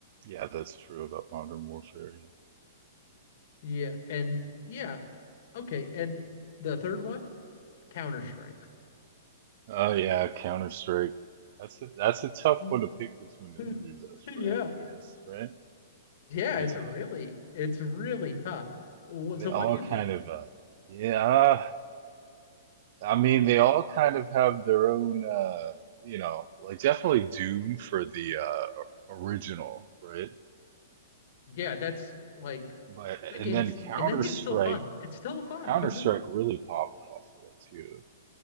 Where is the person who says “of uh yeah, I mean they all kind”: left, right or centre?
Right